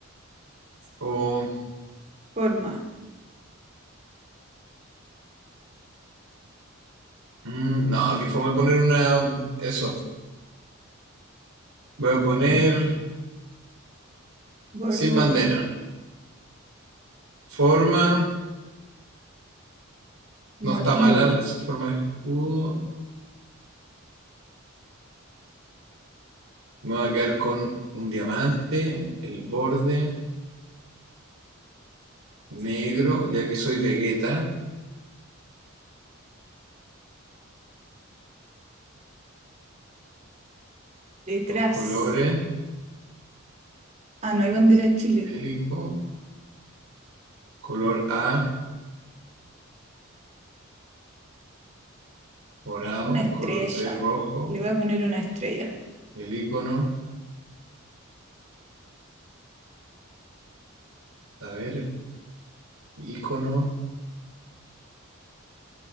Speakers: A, on the right; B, on the right.
A: O,
B: forma.
A: mm, no, que fome poner una. Eso, voy a poner
B: A ver, borde.
A: sin bandera. Forma, no
B: Motivo.
A: está mala esa forma de escudo. Me voy a quedar con un diamante, el borde negro, ya que soy Vegeta.
B: Detrás.
A: Los colores,
B: Ah, no hay bandera
A: psicodélico,
B: de Chile.
A: color A, morado,
B: Una estrella.
A: color B, rojo.
B: Le voy a poner una estrella.
A: El icono, a ver, icono.